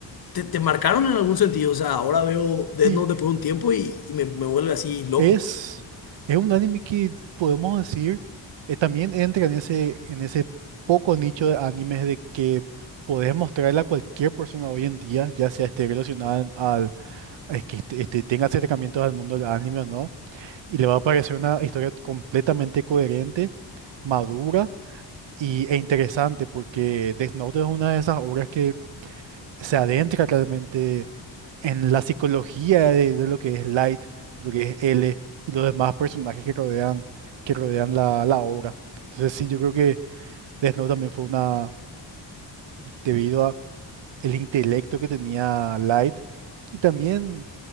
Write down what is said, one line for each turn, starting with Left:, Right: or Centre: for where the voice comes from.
Left: te, te marcaron en algún sentido. O sea, ahora veo Death
Right: Sí,
Left: Note después de un tiempo y, y me, me vuelve así loco
Right: es, es un anime que podemos decir, eh, también entra en ese, en ese poco nicho de animes de que podés mostrarle a cualquier persona hoy en día, ya sea esté relacionada al, al que este, este, tenga acercamientos al mundo del anime o no, y le va a parecer una historia completamente coherente, madura y, e interesante, porque Death Note es una de esas obras que se adentra claramente en la psicología de, de lo que es Light, de lo que es L y los demás personajes que rodean, que rodean la, la obra. Entonces sí, yo creo que Death Note también fue una, debido a el intelecto que tenía Light y también